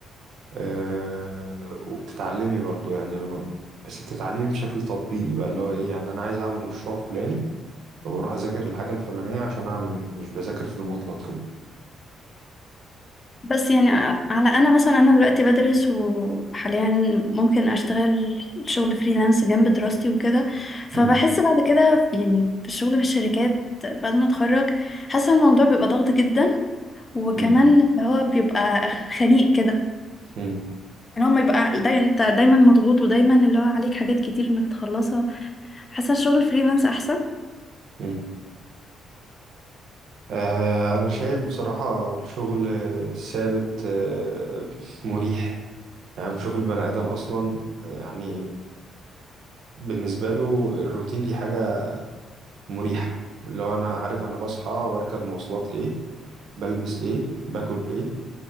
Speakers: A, on the right; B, on the left.
A: آه، وبتتعلمي برضو يعني لما بس بتتعلمي بشكل تطبيقي بقى اللي هو ايه يعني انا عايز اعمل مشروع فلاني فبروح اذاكر الحاجة الفلانية عشان اعمله مش بذاكر في المطلق كده
B: بس يعني ع- على انا مثلا انا دلوقتي بدرس وحاليا ممكن اشتغل شغل فريلانس جنب دراستي وكده فبحس
A: مم.
B: بعد كده يعني في الشغل في الشركات بعد ما اتخرج حاسه الموضوع بيبقى ضغط جدا وكمان
A: مم.
B: اللي هو بيبقى خنيق كده
A: مم.
B: يعني هو ما يبقى دايما انت دايما مضغوط ودايما اللي هو عليك حاجات كتير انك تخلصها حاسه الشغل الفريلانس احسن
A: مم. آه، أنا شايف بصراحة الشغل الثابت آه، مريح يعني بشوف البني آدم أصلا آه، يعني بالنسبة له الروتين دي حاجة مريحة اللي هو أنا عارف أنا بصحى بركب مواصلات إيه بلبس إيه باكل إيه